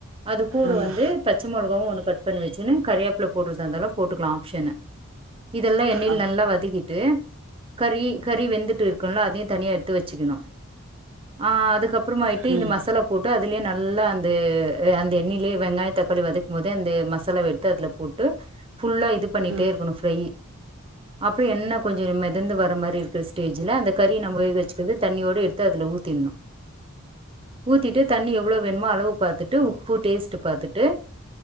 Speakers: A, on the right; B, on the right.
A: அது கூட
B: ம்
A: வந்து பச்ச மிளகாவும் ஒன்று கட் பண்ணி வெச்சுன்னு கரியாப்பல போட்டுறதுதா இருந்தாலும் போட்டுக்கலாம் ஆப்ஷன்ன இதெல்லாம் எண்ணில்ல
B: ஆ
A: நல்லா வதக்கிட்டு கறி கறி வெந்துட்டு இருக்குல அதையும் தனியா எடுத்து வெச்சுக்கணும் ஆ அதுக்கப்புறமா தி‌ இந்த
B: ம்
A: மசாலா போட்டு அதுலயே நல்லா அந்த அந்த எண்ணிலயே வெங்காயம் தக்காளி வதக்கும் போதே அந்த மசாலாவ எடுத்து அதுல போட்டு ஃபுல்லா இது பண்ணிட்டே
B: ம் ம்
A: இருக்கணும் ஃப்ரை அப்பறம் எண்ணெ கொஞ்சம் மெதந்து வர மாரி இருக்கிற ஸ்டேஜ்ல அந்த கறி நம்ம உயோி வெச்சக்கது தண்ணியோடுத்து தா அதுல ஊத்திர்னு ஊத்திட்டு தண்ணி எவ்வளவு வேணுமோ அளவு பாத்துட்டு உப்பு டேஸ்ட் பாத்துட்டு